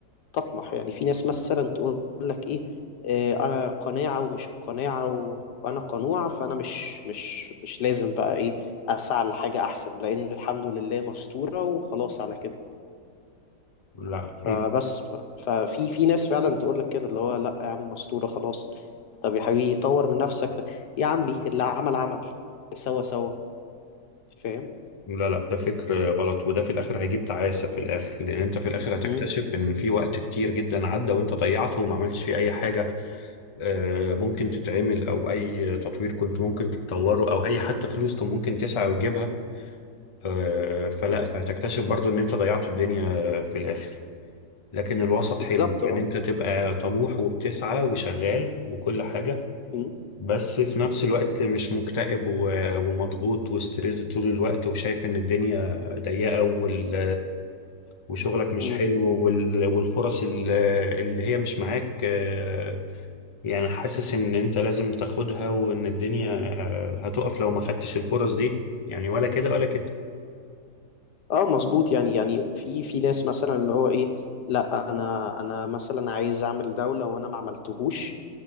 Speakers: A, on the left (about 80°); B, on the left (about 30°).
A: تطمح يعني في ناس مثلا تقول لك ايه آه انا قناعة ومش القناعة و... وانا قنوع فانا مش مش مش لازم بقى ايه اسعى لحاجة احسن لان الحمد لله مستورة وخلاص على كده
B: لا
A: فبس ف- ففي في ناس فعلا تقول لك كده اللي هو لا يا عم مستورة خلاص طب يا حبيبي طور من نفسك ده يا عمي اللي عمل عمل اللي سوى سوى فاهم
B: لا لا ده فكر غلط وده في الاخر هيجيب تعاسة في الاخر لان انت في الاخر هتكتشف
A: مم.
B: ان في وقت كتير جدا عدى وانت ضيعته وما عملتش فيه اي حاجة آه، ممكن تتعمل او اي تطوير كنت ممكن تتطوره او اي حتى فلوس كنت ممكن تسعى وتجيبها آه، فلا
A: مم.
B: فهتكتشف برضو ان انت ضيعت الدنيا في الاخر لكن الوسط
A: بالظبط
B: حلو
A: اه
B: يعني انت تبقى طموح وبتسعى وشغال وكل حاجة
A: مم.
B: بس في نفس الوقت مش مكتئب و- ومضغوط وستريس طول الوقت وشايف ان الدنيا ضيقة وال وشغلك مش
A: مم.
B: حلو وال- والفرص ال- اللي هي مش معاك آه، يعني حاسس ان انت لازم تاخدها وان الدنيا
A: مم.
B: آه، هتقف لو ما خدتش الفرص دي يعني ولا كده ولا كده
A: اه مظبوط يعني يعني في في ناس مثلا اللي هو ايه لا انا انا مثلا عايز اعمل دولة وانا ما عملتهوش